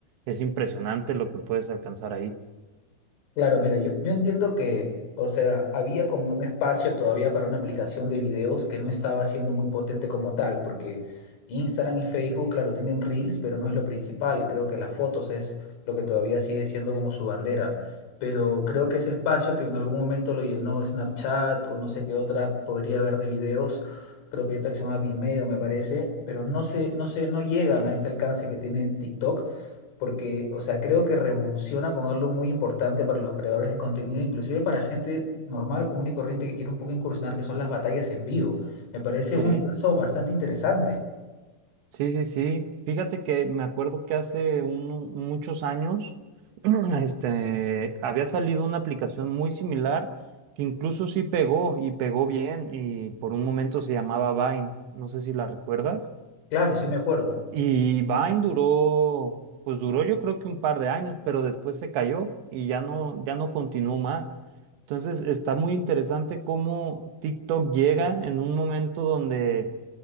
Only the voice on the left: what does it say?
Claro, mira, yo, yo entiendo que, o sea, había como un espacio todavía para una aplicación de videos que no estaba siendo muy potente como tal, porque Instagram y Facebook, claro, tienen Reels, pero no es lo principal. Creo que las fotos es lo que todavía sigue siendo como su bandera. Pero creo que ese espacio que en algún momento lo llenó Snapchat o no sé qué otra app podría haber de videos, creo que hay otra que se llama Vimeo, me parece, pero no sé, no sé, no llegan a este alcance que tiene TikTok porque, o sea, creo que revoluciona con algo muy importante para los creadores de contenido, inclusive para gente normal, común y corriente que quiere un poco incursionar, que son las batallas en vivo. Me parece
un universo bastante interesante.
Claro, sí me acuerdo.